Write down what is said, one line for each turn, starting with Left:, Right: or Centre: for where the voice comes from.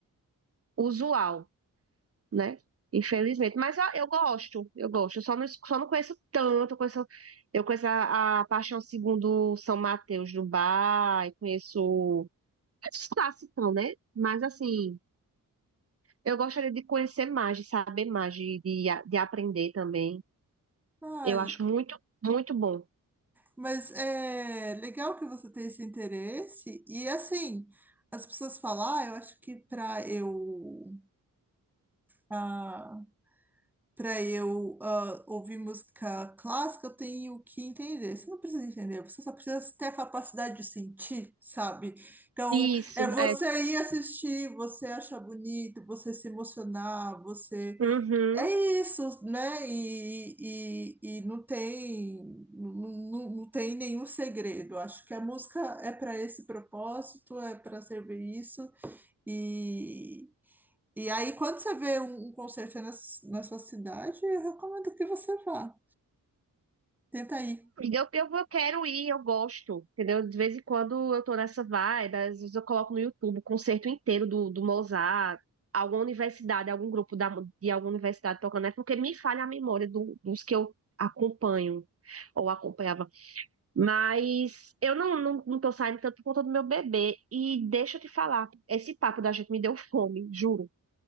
Right: usual, né? Infelizmente. Mas eu, eu gosto, eu gosto. Eu só não, es- só não conheço tanto. Eu conheço, eu conheço a, a Paixão Segundo São Mateus do Bar, e conheço esses clássicos, né? Mas assim, eu gostaria de conhecer mais, de saber mais, de, de, a- de aprender também.
Centre: Ah,
Right: Eu acho muito, muito bom.
Centre: mas é legal que você tem esse interesse. E assim, as pessoas falam, ah, eu acho que para eu ah, para eu ah, ouvir música clássica, eu tenho que entender. Você não precisa entender, você só precisa ter a capacidade de sentir, sabe? Então,
Right: Isso,
Centre: é você
Right: é.
Centre: ir assistir, você achar bonito, você se emocionar, você
Right: Uhum.
Centre: É isso, né? E, e, e não tem, não, não não tem nenhum segredo. Acho que a música é para esse propósito, é para servir isso. E, e aí, quando você vê um, um concerto na, s- na sua cidade, eu recomendo que você vá. Tenta ir.
Right: Eu, eu, eu quero ir, eu gosto, entendeu? De vez em quando eu tô nessa vibe, às vezes eu coloco no YouTube o concerto inteiro do, do Mozart, alguma universidade, algum grupo da, de alguma universidade tocando, é porque me falha a memória do- dos que eu acompanho ou acompanhava. Mas eu não, não, não tô saindo tanto por conta do meu bebê. E deixa eu te falar, esse papo da gente me deu fome, juro.